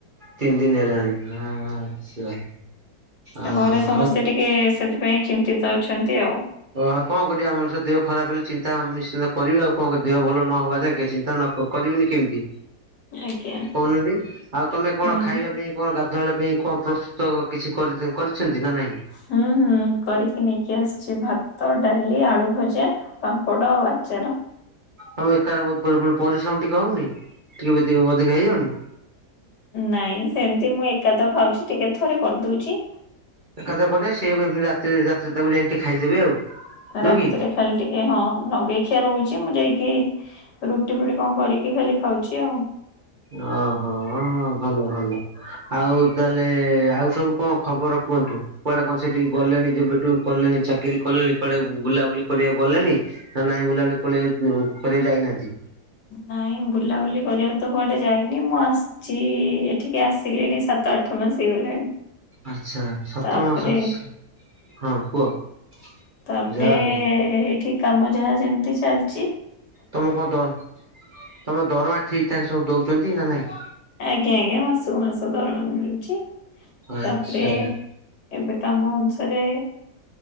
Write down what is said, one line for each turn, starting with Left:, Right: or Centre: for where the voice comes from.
Right: ତିନି ଦିନ ହେଲାଣି ଆଚ୍ଛା।
Left: ତ
Right: ଓହୋ
Left: ଘରେ ସମସ୍ତେ
Right: ଆଉ
Left: ଟିକେ ସେଥିପାଇଁ ଚିନ୍ତିତ ଅଛନ୍ତି ଆଉ।
Right: ଆଉ କଣ କରିବା ମଣିଷ ଦେହ ଖରାପ ହେଲେ ଚିନ୍ତା ନିଶ୍ଚିନ୍ତି କରିବେ ଆଉ କଣ ଦେହ ଭଲ ନହବା ଯାଙ୍କେ ଚିନ୍ତା ନ କରିବେନି କେମିତି।
Left: ଆଜ୍ଞା।
Right: କହୁନାହାନ୍ତି, ଆଉ ତମେ କଣ
Left: ହୁଁ
Right: ଖାଇବା ପାଇଁ କଣ ଗାଧୁଆବେଳ ପାଇଁ କଁ ପ୍ରସ୍ତୁତ କିଛି କରି କରିଛନ୍ତି ନା ନାହିଁ?
Left: ହୁଁ ହୁଁ। କରିକି ନେଇକି ଆସିଚି। ଭାତ, ଡାଲି, ଆଳୁ ଭଜା ପାମ୍ପଡ଼ ଆଉ ଆଚାର।
Right: ତମେ ଏକାହେଲେ ବହୁତ୍ ପରିଶ୍ରମ ଟିକେ ହଉନି? ଟିକେ <unintelligible> ଅଧିକା ହେଇଯାଉନି?
Left: ନାଇଁ ସେମତି ମୁଁ ଏକା ତ ଖାଉଚି, ଟିକେ ଥରେ କରିଦଉଚି।
Right: ଏକାଥରେ କରିବା ସେୟାକୁ ଫେରେ ରାତିରେ ରାତିରେ ରାତିରେ ତାକୁ ଯାଇଁକି ଖାଇଦେବେ ଆଉ। ନୁହଁ
Left: ରାତିରେ
Right: କି
Left: ଖାଲି ଟିକେ ହଁ ନଗେଇଖିଆ ରହୁଚ଼ି ମୁଁ ଯାଇକି ରୁଟି ଫୁଟି କଣ କରିକି ଖାଲି ଖାଉଚି ଆଉ।
Right: ଅହୋ ଭଲ ଭଲ। ଆଉ ତାହେଲେ ଆଉ ସବୁ କଣ ଖବର କୁହନ୍ତୁ? କୁଆଡେ କଣ ସେଠି ଗଲେଣି ଯେବେଠୁ କଲେଣି ଚାକିରି କଲେଣି କୁଆଡେ ବୁଲାବୁଲି କରିବାକୁ ଗଲେଣି? ନା ନାଇଁ ବୁଲାବୁଲି କରିବାକୁ ଯାଇନାହାନ୍ତି?
Left: ନାଇଁ ବୁଲାବୁଲି କରିବାକୁ ତ କୁଆଡେ ଯାଇନି। ମୁଁ ଆସ୍ ଚି ଏଠିକି ଆସିଲିଣି ସାତ, ଆଠ ମାସ ହେଇଗଲାଣି।
Right: ଆଚ୍ଛା ସାତ
Left: ତାପରେ
Right: ମାସ ଆସ ହଁ କୁହ।
Left: ତାପରେ
Right: ଯାହା ହଉ
Left: ଏଇଠି କାମ ଯାହା ଯେମିତି ଚାଲଚି।
Right: ତମକୁ କଁ ଦ ତମ ଦରମା ଠିକ୍ ଠାକ୍ ସବୁ ଦଉଚ଼ନ୍ତି ନା ନାଇଁ?
Left: ଆଜ୍ଞା ଆଜ୍ଞା ମାସୁ କୁ ମାସ ଦରମା ମିଳୁଛି
Right: ଆଚ୍ଛା
Left: ତାପରେ ଏବେ କମ ଅନୁସାରେ